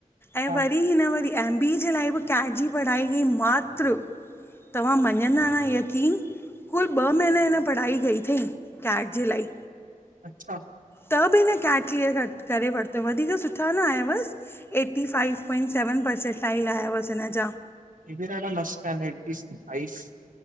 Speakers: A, on the left; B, on the right.
A: ऐं
B: हा
A: वरी हिन वरी एम बीए जे लाइ बि कैट जी पढ़ाई कयई मात्र तव्हां मञंदा न यकीन कुल ॿ महीना, हिनि पढ़ाई कई अथई कैट जे लाइ।
B: अच्छा!
A: त बि हिन कैट क्लीअरु करे वरितव, वधीक सुठा न आयवसि। Eighty five point seven percent tile आया हुअसि हिनि जा।
B: हे भी ॾाढा मस्त आहिन ऐटी फाइव।